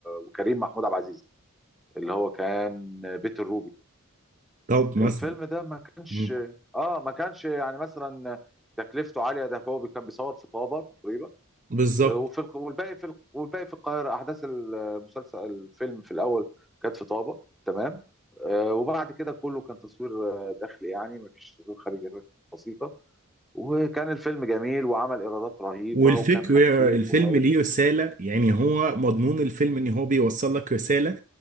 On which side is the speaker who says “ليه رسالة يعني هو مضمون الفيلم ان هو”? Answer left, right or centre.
Right